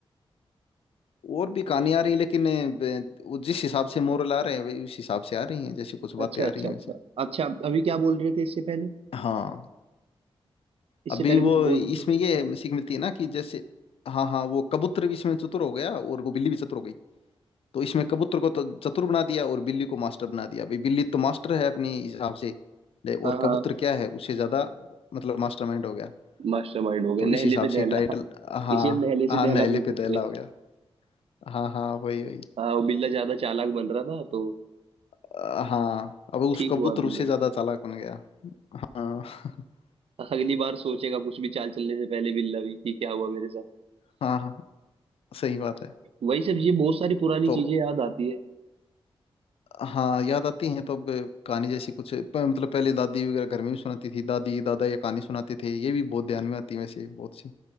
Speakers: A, on the left; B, on the right.
A: और भी कहानी आ रही है लेकिन अ, ब- वो जिस हिसाब से मोरल आ रहे हैं वही उस हिसाब से आ रही हैं जैसे कुछ
B: अच्छा
A: बातें आ
B: अच्छा
A: रही हैं
B: अच्छा
A: वैसे
B: अच्छा अभी क्या बोल रहे थे इससे पहले
A: हाँ
B: इससे
A: अभी
B: पहले
A: वो
B: कुछ बोल
A: इसमें
B: रही थी ना अच्छा,
A: ये सीख मिलती है ना कि जैसे हाँ हाँ वो कबूतर भी इसमें चतुर हो गया और वो बिल्ली भी चतुर हो गई तो इसमें कबूतर को तो चतुर बना दिया और बिल्ली को मास्टर बना दिया अभी बिल्ली तो मास्टर है अपने हिसाब से ले और
B: हाँ हाँ
A: कबूतर क्या है उससे ज्यादा मतलब मास्टरमाइंड हो गया
B: मास्टरमाइंड हो गया
A: तो इस
B: नहले
A: हिसाब
B: पे
A: से
B: दहला
A: टाइटल हाँ
B: इसे हम नहले
A: हाँ
B: से
A: नहले
B: दहला बोल सकते
A: पे दहला
B: हैं
A: हो गया हाँ हाँ वही वही
B: हाँ वो बिल्ला ज्यादा चालाक बन रहा था तो
A: अ, हाँ अब उस
B: ठीक
A: कबूतर
B: हुआ बिल्ले
A: उससे
B: के
A: ज्यादा
B: साथ
A: चालाक बन गया हाँ <laughs>
B: अगली बार सोचेगा कुछ भी चाल चलने से पहले बिल्ला भी कि क्या हुआ मेरे साथ
A: हाँ हाँ, सही बात है
B: वही सब ये बहुत सारी पुरानी
A: तो
B: चीजें याद आती है
A: हाँ याद आती हैं तो अब कहानी जैसी कुछ प- मतलब पहले दादी वगैरह घर में भी सुनाती थी दादी दादा ये कहानी सुनाते थे ये भी बहुत ध्यान में आती है वैसे बहुत सी